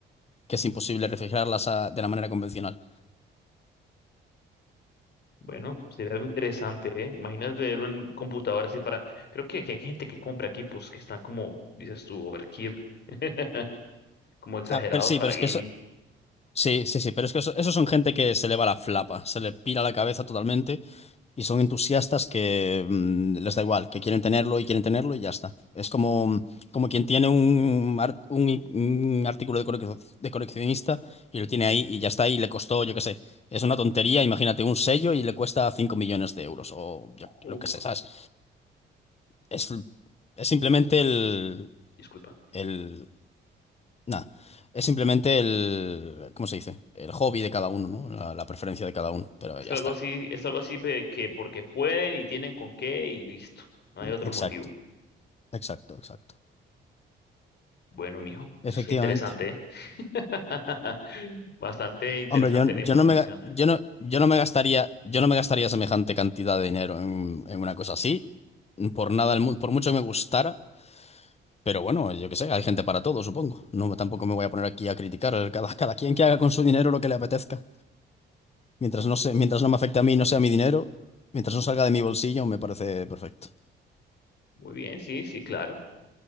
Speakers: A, on the left; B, on the left.
A: que es imposible refrigerarlas a- de la manera convencional.
B: Bueno, sería algo interesante, ¿eh? Imagínate tener un computador así para... Creo que, que hay gente que compra equipos que están como, dices tú, overkill, <laughs> como exagerados
A: Claro, pero sí,
B: para
A: pero es
B: gaming.
A: que eso, sí, sí, sí, pero es que eso, eso son gente que se le va la flapa, se le pira la cabeza totalmente Y son entusiastas que mm, les da igual, que quieren tenerlo y quieren tenerlo y ya está. Es como, como quien tiene un, ar- un, un artículo de, colec- de coleccionista y lo tiene ahí y ya está y le costó, yo qué sé, es una tontería, imagínate un sello y le cuesta 5 millones de euros o yo,
B: Uf,
A: lo que sé, ¿sabes? Es, es simplemente el,
B: disculpa.
A: el, nada, es simplemente el, ¿cómo se dice? El hobby de cada uno, ¿no? La, la preferencia de cada uno, pero
B: Es
A: ya
B: algo
A: está.
B: así, es algo así pe- que porque pueden y tienen con qué y listo. No hay otro
A: Exacto,
B: motivo.
A: exacto, exacto.
B: Bueno, mijo, eso
A: Efectivamente.
B: es interesante, ¿eh? <laughs> Bastante interesante
A: Hombre, yo,
B: la
A: yo
B: información.
A: no me, ga- yo no, yo no me gastaría, yo no me gastaría semejante cantidad de dinero en, en una cosa así. Por nada del mundo, por mucho que me gustara. Pero bueno, yo qué sé, hay gente para todo, supongo. No, tampoco me voy a poner aquí a criticar. Cada, cada quien que haga con su dinero lo que le apetezca. Mientras no se- mientras no me afecte a mí, y no sea mi dinero, mientras no salga de mi bolsillo, me parece perfecto.
B: Muy bien, sí, sí, claro.